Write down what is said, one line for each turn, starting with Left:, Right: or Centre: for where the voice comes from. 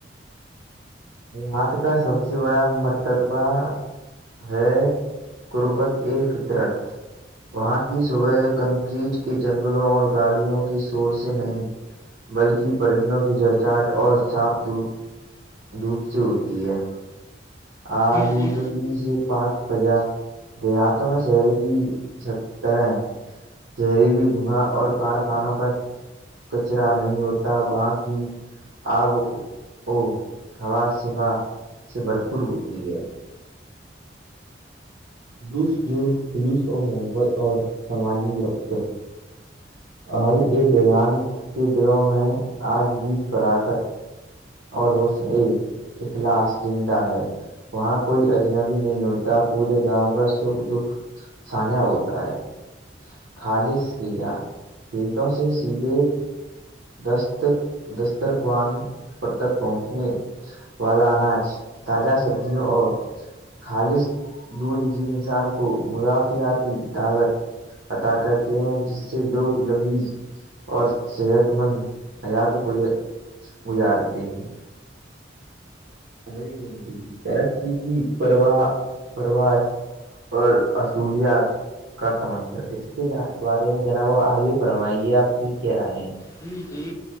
Right: آات کا سبزی گ مر ربا ہے قربت ای فطرت وہاں کی صبح کنکریٹ کے جنگلوں اور گاڑیوں کے شور سے نہیں بلکہ پرندوں کی جہچاہٹ اور ساپ دپ روپ سے ہوتی ہے آلودب
Left: جی جی
Right: سے پاک فضا دیہاتوں میں شہر کی سترح ہے زہریلی جگا اور کارخانوں کا کچرا نہیں ہوتا وہاں کی آب ا ہوا شفا سے بھرپور ہوتی ہے خلوس جو خلوس و محبت اور سماجی ربطہ ال ا دیہانت کے دلوں میں آج بھی فرااکت اور حس نے اخلاص زندہ ہے وہاں کوئی اجنبی نہیں ہوتا پورے گاؤں کا سکھ دکھ سانجا ہوتا ہے خالص لیجا یہ تو سے شیت دست دسترخوان تک پہنچنے والا اناج تازہ سبزیوں اور خالص دودھ گھی انسان کو مضافیاتیی طاقت پتا کرتے ہیں جس سے لوگ لمبی اور صحت مند حیات کو یہ گزارتے ہیں سری زگی ترقی کی پرواہ پرواہ اور اصولیات <unintelligible> کا سمنندر اس کے بارے میں جناب آب آگے فرمائیے آپ کی کہہ رہے ہیں
Left: جی جی